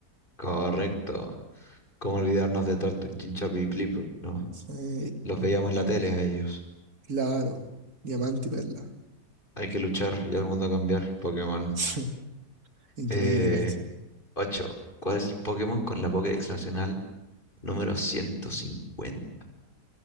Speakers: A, on the left; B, on the right.
A: correcto. ¿Cómo olvidarnos de Tortwig, Chimchar y Piplop, no?
B: Sí,
A: Los veíamos en la tele a ellos.
B: claro, Diamante y Perla.
A: Hay que luchar y al mundo cambiar, Pokémon.
B: <laughs> Increíble
A: Eh,
B: canción.
A: 8. ¿Cuál es el Pokémon con la Pokédex nacional número 150?